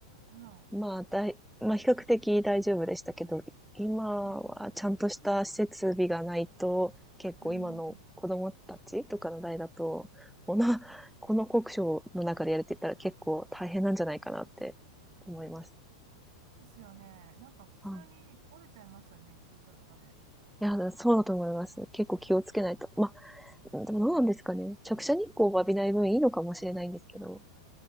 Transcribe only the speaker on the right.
まあ、
まあ、
うん。
ですよね。なんか普通に折れちゃいますよね。
熱中症とかで。
うん。